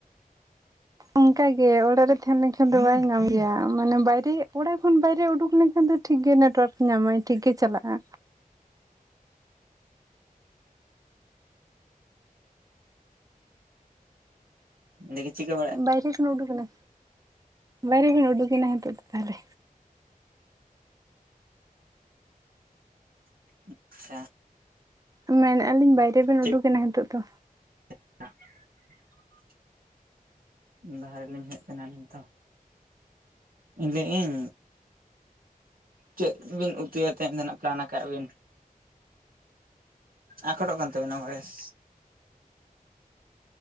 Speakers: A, on the right; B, on the right.
A: ᱚᱱᱠᱟᱜᱮ ᱚᱲᱟᱜ ᱨᱮ ᱛᱟᱦᱮᱸ ᱞᱮᱱᱠᱷᱟᱱ ᱫᱚ ᱵᱟᱭ ᱧᱟᱢ ᱜᱮᱭᱟ ᱢᱟᱱᱮ ᱵᱟᱭᱨᱮ ᱚᱲᱟᱜ ᱠᱷᱚᱱ ᱵᱟᱭᱨᱮ ᱩᱰᱩᱠ ᱞᱮᱱᱠᱷᱟᱱ ᱫᱚ ᱴᱷᱤᱠ ᱜᱮ ᱱᱮᱴᱳᱟᱨᱠ ᱧᱟᱢᱟᱭ ᱴᱷᱤᱠ ᱜᱮ ᱪᱟᱞᱟᱜ-ᱟ᱾
B: ᱱᱮᱜᱮ ᱪᱤᱠᱟᱹ ᱵᱟᱲᱟᱜ
A: ᱵᱟᱭᱨᱮ ᱠᱷᱚᱱ ᱩᱰᱩᱠᱮᱱᱟ ᱵᱟᱭᱨᱮ ᱠᱷᱚᱱ ᱩᱰᱩᱠᱮᱱᱟ ᱦᱤᱛᱚᱜ ᱫᱚ ᱛᱟᱦᱚᱞᱮ᱾
B: ᱟᱪᱪᱷᱟ
A: ᱢᱮᱱᱮᱜ ᱟᱹᱤᱧ ᱵᱟᱭᱨᱮᱵᱱ
B: ᱪᱮᱫ
A: ᱩᱰᱩᱠᱮᱱᱟ ᱱᱤᱛᱳ ᱫᱚ᱾
B: <unintelligible> ᱵᱟᱦᱟᱨ ᱨᱮᱞᱤᱧ ᱦᱮᱡ ᱟᱠᱟᱱᱟ ᱱᱤᱛᱚᱜ᱾ ᱤᱧ ᱞᱟᱹᱭ ᱤᱧ ᱪᱮᱫ ᱵᱤᱱ ᱩᱛᱩᱭᱟ ᱛᱮᱦᱮᱧ ᱫᱚᱱᱟ ᱯᱞᱟᱱ ᱟᱠᱟᱜ ᱟᱵᱤᱱ? ᱟᱠᱚᱴᱚᱜ ᱠᱟᱱ ᱛᱟᱵᱮᱱᱟ ᱵᱚᱭᱮᱥ᱾